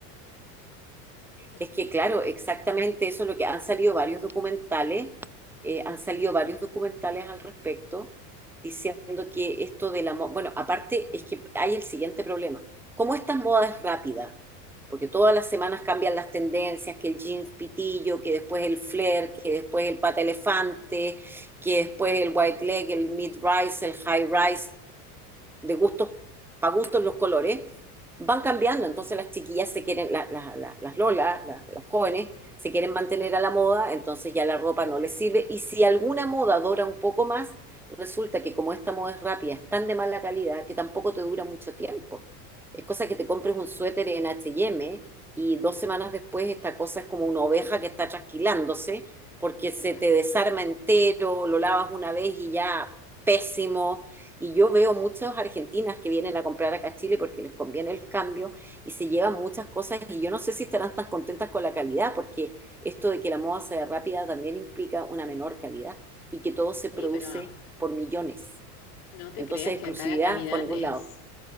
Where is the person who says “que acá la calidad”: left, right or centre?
Left